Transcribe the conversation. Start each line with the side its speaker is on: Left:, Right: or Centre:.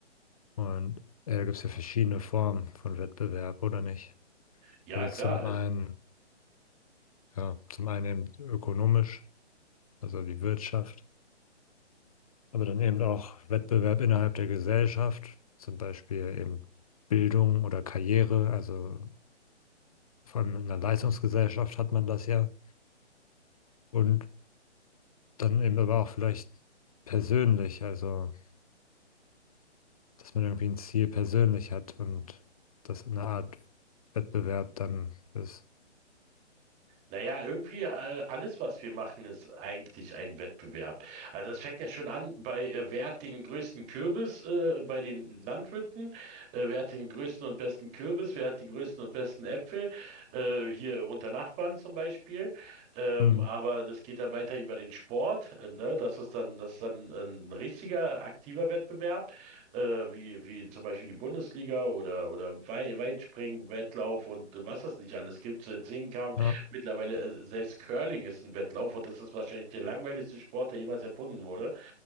Left: Und äh, da gibt es ja verschiedene Formen von Wettbewerb, oder nicht?
Right: Ja,
Left: Also
Right: klar.
Left: zum
Right: also
Left: einen, ja, zum einen eben ökonomisch, also die Wirtschaft, aber dann eben auch Wettbewerb innerhalb der Gesellschaft, zum Beispiel eben Bildung oder Karriere, also vor allem in einer Leistungsgesellschaft hat man das ja. Und dann eben aber auch vielleicht persönlich, also dass man irgendwie ein Ziel persönlich hat und das eine Art Wettbewerb dann ist.
Right: Naja, irgendwie äh, alles, was wir machen, ist eigentlich ein Wettbewerb. Also es fängt ja schon an bei, äh, wer hat den größten Kürbis äh, bei den Landwirten, äh, wer hat den größten und besten Kürbis, wer hat die größten und besten Äpfel, äh, hier unter Nachbarn zum Beispiel. Ähm,
Left: Mhm.
Right: aber das geht dann weiter über den Sport, äh, ne? Das ist dann, das ist dann ein richtiger, aktiver Wettbewerb, äh, wie, wie zum Beispiel die Bundesliga oder, oder Wei- Weitspringen, Wettlauf und was es nicht alles gibt, äh, Zehnkampf.
Left: Ja.
Right: Mittlerweile, äh, selbst Curling ist ein Wettlauf und das ist wahrscheinlich der langweiligste Sport, der jemals erfunden wurde.